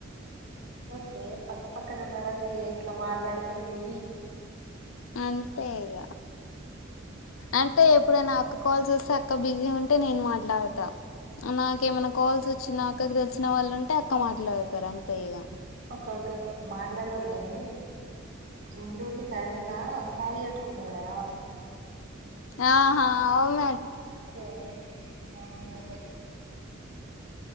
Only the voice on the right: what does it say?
ఓకే పక్కపక్కన ఉన్నారు అసలు ఎట్లా మాట్లాడుతుంది.
ఒకే ఓకే మాట్లాడతది కానీ, ఉండి ఉండి సడన్ గా సారీ కట్టుకున్న కదా.
ఓ అవును అదే